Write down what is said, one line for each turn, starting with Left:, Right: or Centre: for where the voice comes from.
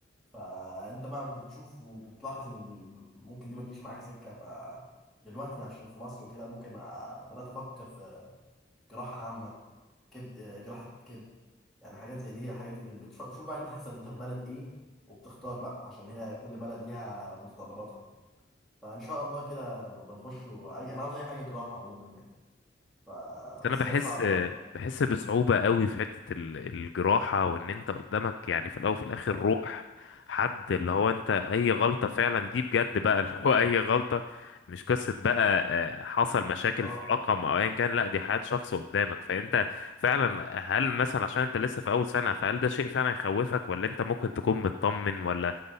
Centre: فانت بقى بتشوف وبتلاحظ ان ممكن دي ما تجيش معاك سكه فدلوقتي عشان في مصر وكده ممكن آه، بدات افكر في جراحه عامه كبد آه، جراحه كبد يعني حاجات زي دي هي الحاجات دي اللي بتشوف بقى انت حسب انت في بلد ايه وبتختار بقى عشان هي كل بلد ليها متطلباتها فان شاء الله كده نبقى نخش اي انا عاوز اي حاجه جراحه عموما يعني ف...
Left: بس انا
Centre: بس
Left: بحس
Centre: هي صعبه بقى
Left: بحس بصعوبة قوي في حتة ال- الجراحة وان انت قدامك يعني في الاول وفي الاخر
Centre: ايوه
Left: روح حد اللي هو انت اي غلطة فعلا دي بجد بقى اللي هو <laughs> اي غلطة مش قصة بقى آه، حصل مشاكل
Centre: اه
Left: في رقم او ايا كان لا دي حياة شخص قدامك فانت فعلا هل مثلا عشان انت لسه في اول سنة فهل ده شيء فعلا يخوفك ولا انت ممكن تكون مطمن ولا